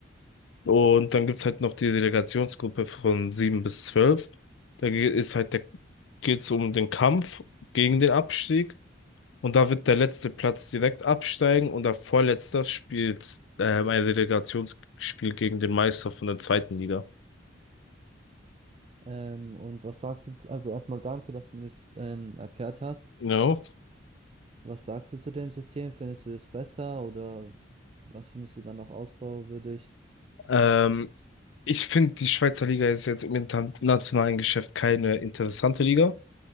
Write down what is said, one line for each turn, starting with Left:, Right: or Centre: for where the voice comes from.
Left: Und dann gibt's halt noch die Delegationsgruppe von sieben bis zwölf. Da ge- ist halt der, geht's um den Kampf gegen den Abstieg. Und da wird der letzte Platz direkt absteigen und der Vorletzter spielt ähm, ein Relegationsspiel gegen den Meister von der zweiten Liga.
Right: Ähm, und was sagst du? zu- Also erstmal danke, dass du mir das ähm, erklärt hast.
Left: No.
Right: Was sagst du zu dem System? Findest du das besser oder was findest du dann noch ausbauwürdig?
Left: Ähm, ich finde, die Schweizer Liga ist jetzt im internationalen Geschäft keine interessante Liga.